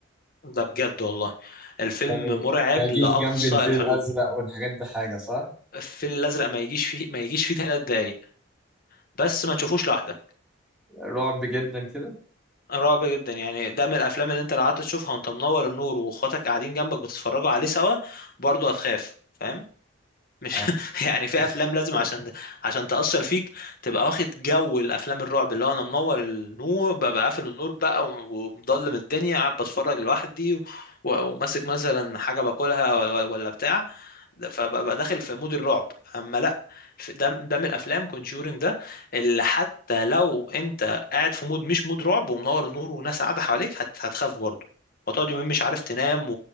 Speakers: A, on the left (about 45°); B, in the centre.
A: ده بجد والله الفيلم
B: يعني
A: مرعب
B: ما يجيش
A: لاقصى
B: جنب الفيل
A: الحدود
B: الازرق والحاجات دي حاجة صح
A: الفيل الازرق ما يجيش فيه ما يجيش فيه ثلاث دقايق بس ما تشوفوش لوحدك
B: رعب جدا كده
A: رعب جدا يعني ده من الافلام اللي انت لو قعدت تشوفها وانت منور النور واخواتك قاعدين جنبك بتتفرجوا عليه سوا برضه هتخاف فاهم مش
B: آه.
A: <laughs> يعني في
B: <laughs>
A: افلام لازم عشان ت- عشان تأثر فيك تبقى واخد جو الافلام الرعب اللي هو انا منور النور ببقى قافل النور بقى ومضلم الدنيا قاعد بتفرج لوحدي و- وماسك مثلا حاجة باكلها ولا ولا ولا بتاع فببقى داخل في مود الرعب اما لا في- ده ده من الافلام كونجورينج ده اللي حتى لو انت قاعد في مود مش مود رعب ومنور النور وناس قاعدة حواليك هت- هتخاف برضه وتقعد يومين مش عارف تنام